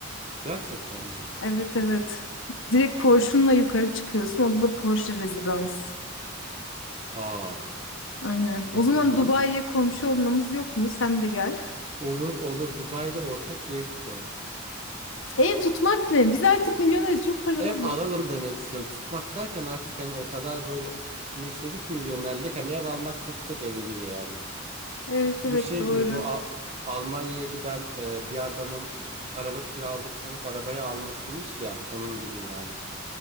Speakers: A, on the right (about 30°); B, on the left (about 65°).
A: Gerçekten mi?
B: Evet evet. Direkt Porsche'unla yukarı çıkıyorsun. O da Porsche Residence.
A: Aa,
B: Aynen.
A: çok
B: O zaman
A: iyiymiş.
B: Dubai'ye komşu olmamız yok mu? Sen de gel.
A: Olur olur Dubai'de ortak bir ev tutalım.
B: Ev tutmak ne? Biz artık milyoneriz. Çok paramız
A: Ev alalım
B: var.
A: demek istiyorum. Tutmak derken artık hani o kadar böyle iç- içime işledi ki milyonerlik hani ev almak tuttuk evi gibi yani.
B: Evet
A: Bu
B: evet
A: şey
B: doğru.
A: gibi bu Al- Almanya'ya giden e, bir adamın araba kiraladık sanıp arabayı almasıymış ya onun gibi yani.